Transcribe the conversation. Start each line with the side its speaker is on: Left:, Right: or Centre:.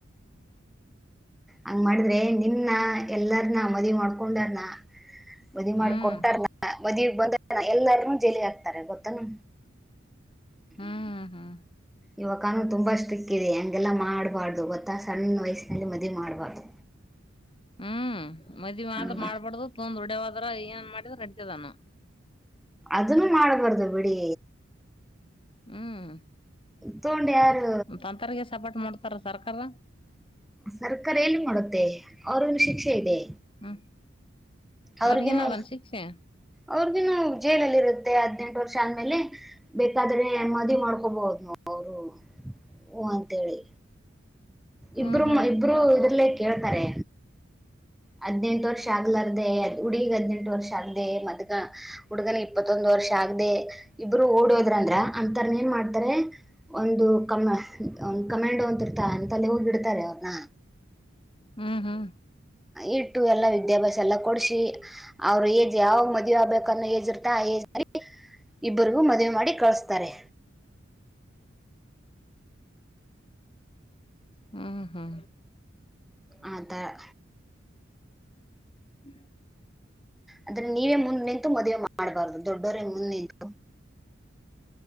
Centre: ಹಂಗ ಮಾಡಿದ್ರೆ ನಿನ್ನ ಎಲ್ಲ ನಿನ್ನ ಮದವಿ ಮಾಡ್ಕೊಂಡರ್ನಾ. ಮದುವಿ
Left: ಹ್ಮ್
Centre: ಮಾಡಿ ಕೊಟ್ಟಾರ್ನ ಬದಿ. <unintelligible> ಎಲ್ಲಾರನುೂ ಜೈಲ್ಗೆ ಹಾಕ್ತಾರೆ ಗೊತ್ತೇನು.
Left: ಹ್ಮ ಹ್ಮ
Centre: ಇವಾಗ ಕಾನೂನು ತುಂಬಾ ಸ್ಟ್ರಿಕ್ ಇದೆ ಹೆಂಗೆಲ್ಲ. ಮಾಡ್ಬಾರ್ದು ಗೊತ್ತಾ ಸಣ್ಣ ವಯಸ್ಸಿನಲ್ಲಿ ಮದುವೆ ಮಾಡ್ಬಾರ್ದು.
Left: ಹ್ಮ್ ಮದ್ವಿ ಮಾತ್ರ
Centre: ಹ್ಮ್
Left: ಮಾಡ್ಬಾರ್ದು ತೊಂದ್ ಡ್ಯವದ್ರ ಏನ್ ಮಾಡಿದ್ರ ನೆಡೆತದಾನ.
Centre: ಅದನ್ನು ಮಾಡಬಾರದು ಬಿಡಿ.
Left: ಹ್ಮ್
Centre: ತಗೊಂಡ್ ಯಾರು
Left: ತಂತರಗೆ ಸಪೋರ್ಟ್ ಮಾಡ್ ಬರ ಸರ್ಕಾರ.
Centre: ಸರ್ಕಾರ ಎನ್ ಮಾಡುತ್ತೆ ಅವ್ರಗು ಶಿಕ್ಷೆ ಇದೆ.
Left: ಹ್ಮ್
Centre: ಅವ್ರಿಗನು
Left: ಅವ್ರಿಗೇನದನ್ ಶಿಕ್ಷೆ
Centre: ಅವ್ರಿಗನು ಜೇಲಲ್ಲಿ ಇರುತ್ತೆ ಹದ್ನೆೆಂಟು ವರ್ಷ ಆದ್ಮೇಲೆ ಬೇಕಾದ್ರೆ ಮದುವ ಮಾಡ್ಕೋಬೋದು. ಅವರು ಹು ಅಂತೇಳಿ.
Left: ಹ್ಮ್
Centre: ಇಬ್ರುಂ
Left: ಹ್ಮ್
Centre: ಇಬ್ರು ಇದ್ರಲೆೇ ಕೇಳ್ತಾರೆ. ಹದ್ನೆಂಟು ವರ್ಷ ಆಗ್ಲಾರ್ದೇ ಹುಡುಗಿಗ್ ಹದ್ನೆಂಟು. ಎಡು ವರ್ಷ ಆಗದೆ ಮದ್ಕ ಹುಡುಗನ ಇಪ್ಪತ್ತೊಂದು ವರ್ಷ ಆಗದೆ. ಇಬ್ಬರು ಓಡೋದ್ರ ಅಂದ್ರ ಅಂತರ್ನ ಏನ್ ಮಾಡ್ತಾರೆ ಒಂದು ಕಮ ಕಮ್ಯಾಂಡ್ ಅಂತ ಇರ್ತ ಅಂತಲ್ಲಿ ಹೋಗಿಡ್ತಾರೆ ಅವ್ರನ.
Left: ಹ್ಮ್ ಹ್ಮ್
Centre: ಇಟ್ಟು ಎಲ್ಲಾ ವಿದ್ಯಾಭ್ಯಾಸ ಎಲ್ಲ ಕೊಡ್ಸಿ ಅವ್ರು ಏಜ್ ಯಾವ ಮದ್ವೆ ಆಗ್ಬೇಕನ್ನೋ ಏಜ್ ಇರ್ತ ಆಏಜ್ ಮಾಡಿ ಇಬ್ಬರಿಗೂ ಮದ್ವೆ ಮಾಡಿ ಕಳ್ಸ್ತಾರೆ.
Left: ಹ್ಮ ಹ್ಮ
Centre: ಆತರ.
Left: <unintelligible>
Centre: ಅದ್ರೆ ನೀವೇ ಮುಂದ ನಿಂತು ಮದುವೆ ಮಾಡ್ಬಾರ್ದು ದೊಡ್. ಬರ್ರೆ ಮುನ್ನಿದೋ.